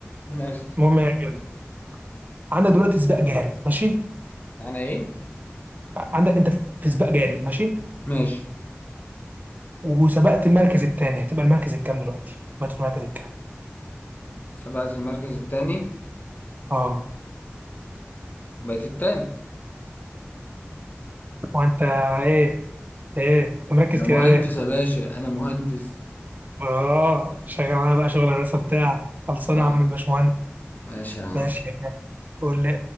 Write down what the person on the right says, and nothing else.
<laughs> المهم يا غالي عندك دلوقتي سباق جاري ماشي
عندك انت في سباق جاري ماشي
وسبقت المركز الثاني هتبقى المركز الكام دلوقتي؟ بقت في المركز الكام؟
اه
وانت ايه ايه انت مركز
كده
ليه
اه شغال انا بقى شغل هندسه بتاع خلصانه
يا عم الباشمهندس
ماشي يا كده قول لي